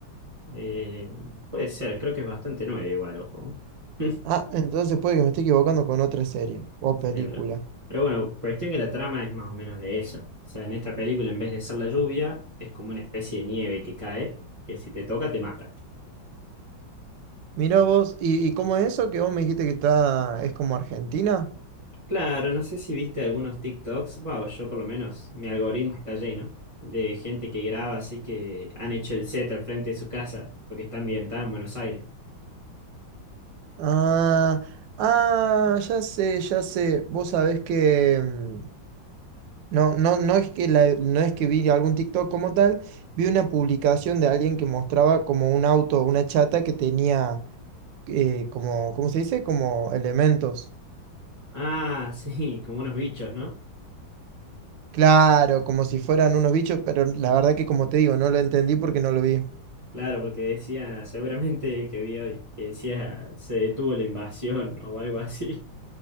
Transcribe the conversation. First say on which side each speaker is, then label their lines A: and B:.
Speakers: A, on the right; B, on the right.
A: Eh, puede ser, creo que es bastante nueva igual, ojo. <laughs>
B: Ah, entonces puede que me esté equivocando con otra serie o película.
A: cerebral. Pero bueno, cuestión que la trama es más o menos de eso. O sea, en esta película, en vez de ser la lluvia, es como una especie de nieve que cae, que si te toca te mata.
B: Mirá vos, ¿y, y cómo es eso que vos me dijiste que está, es como Argentina?
A: Claro, no sé si viste algunos TikToks, bueno, yo por lo menos, mi algoritmo está lleno de gente que graba así que han hecho el set al frente de su casa, porque está ambientada en Buenos Aires.
B: Ah, ah, ya sé, ya sé. Vos sabés que mm, no, no, no es que la- no es que vi algún TikTok como tal, vi una publicación de alguien que mostraba como un auto, una chata que tenía eh, como, ¿cómo se dice? Como elementos.
A: Ah, <laughs> sí, como unos bichos, ¿no?
B: Claro, como si fueran unos bichos, pero la verdad que como te digo, no lo entendí porque no lo vi.
A: Claro, porque decía, seguramente el que vi hoy, que decía, se detuvo la invasión o algo así.